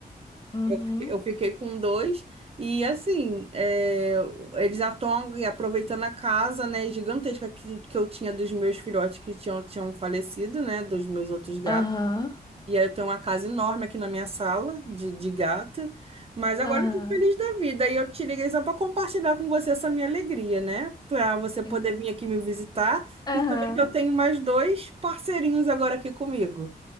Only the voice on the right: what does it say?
Eu fiquei eu fiquei com dois. E assim, é, eles estão aproveitando a casa, né, gigantesca que, que eu tinha dos meus filhotes que tinham, tinham falecido, né, dos meus outros gatos.
E aí eu tenho uma casa enorme aqui na minha sala de, de gata. Mas agora
eu tô feliz da vida. E eu te liguei só para compartilhar com você essa minha alegria, né? Para você poder
vir aqui me visitar
e saber que eu tenho mais dois parceirinhos agora aqui comigo.